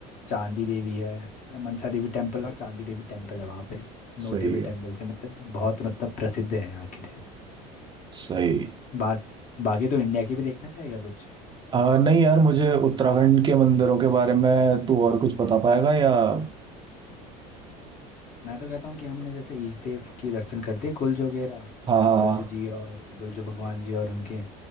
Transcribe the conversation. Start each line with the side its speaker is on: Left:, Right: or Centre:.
Left: चांदी देवी है मनसा देवी टेम्पल और चांदी देवी टेम्पल है वहाँ पे नोटेबल
Right: सही है
Left: टेम्पल से मतलब बहुत मतलब प्रसिद्ध है यहाँ के लिए
Right: सही
Left: बाकी बाकी तो इंडिया की भी देखना चाहेगा कुछ
Right: आ, नहीं यार मुझे उत्तराखंड के मंदिरों के बारे में तू और कुछ बता पाएगा या हाँ
Left: मैं तो कहता हूँ कि हमने जैसे ईश देव के दर्शन कर दिए गुलजो वगैरह
Right: हाँ,
Left: गुलजू
Right: हाँ।
Left: जी और गुलजू भगवान जी और उनके